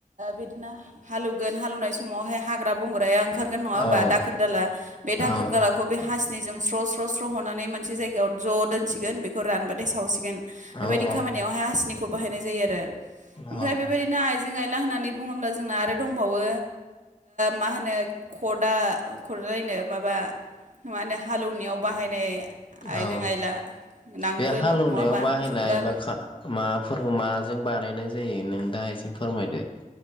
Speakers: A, on the right; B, on the left.
A: बिदिनो हाल एवगोन हाल एवनाय समावहाय हाग्रा बंग्राया ओंखार गोन नङा होनबा
B: औ
A: दाखोर दाला बे दाखोर
B: औ
A: दाला खौ बे हाासनिजों स्र' स्र' स्र' हनानै मोनसे जायगायाव ज' दोनसिगोन बेखौ रानबाथाय सावसिगोन बेबायदि
B: औ
A: खामानियावहाय हनिखौ बाहायनाय जायो आरो ओमफ्राय
B: औ
A: बेबायदिनो आइ आइजें आइला होननानै बुङोब्ला जोंना आरो दंबावो मा होनो खदा खदालायनो माबा मा होने हाल एवनायाव बाहायनाय आइजें
B: औ
A: आइला नांगोल
B: बे हाल एवनायाव
A: नङा होमबा
B: बाहायनाय
A: जुंगाल
B: बाखा माबाफोरखौ माजों बानायनाय जायो नोंथाङा एसे फोरमायदो